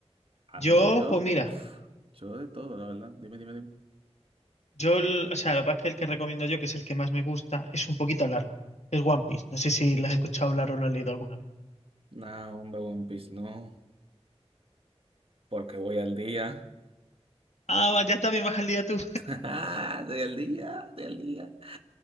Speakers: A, on the right (about 55°); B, on the left (about 80°).
A: Ah,
B: Yo,
A: mira, yo,
B: pues mira,
A: pf, yo de todo, la verdad. Dime, dime, dime.
B: yo, el- o sea, lo que pasa es que el que recomiendo yo, que es el que más me gusta, es un poquito largo. Es One Piece. No sé si lo has escuchado hablar o lo has leído alguna vez.
A: No, hombre, One Piece, no, porque voy al día.
B: Ah, va, ya también vas al día tú.
A: <laughs> Estoy al día, estoy al día.